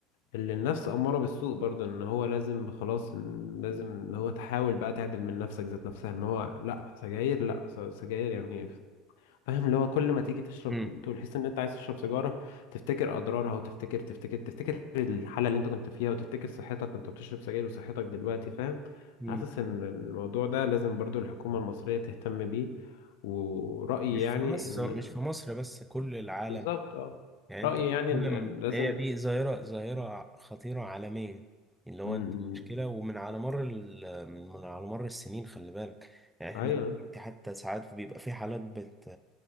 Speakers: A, on the left; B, in the centre.
A: اللي الناس أمارة بالسوء برضه إن هو لازم خلاص إن لازم إن هو تحاول بقى تعدل من نفسك ذات نفسها إن هو لأ سجاير لأ س- سجاير يعني فاهم اللي هو كل ما تيجي تشرب
B: مم.
A: تقول تحس إن أنت عايز تشرب سيجارة تفتكر أضرارها وتفتكر تفتكر تفتكر الحالة اللي أنت كنت فيها وتفتكر صحتك وأنت بتشرب سجاير وصحتك دلوقتي فاهم
B: مم.
A: حاسس إن الموضوع ده لازم برضه الحكومة المصرية تهتم بيه ورأيي
B: مش
A: يعني
B: في مصر
A: إن
B: مش في مصر بس كل العالم
A: بالظبط أه
B: يعني انت
A: رأيي
B: بتتكلم
A: يعني إن إن لازم
B: هي دي ظاهرة ظاهرة خطيرة عالمية اللي هو
A: م- م-
B: انت مشكلة ومن على مر ال... من من على مر السنين خلي بالك يعني احنا
A: أيوه
B: دلوقتي حتى ساعات بيبقى في حالات بت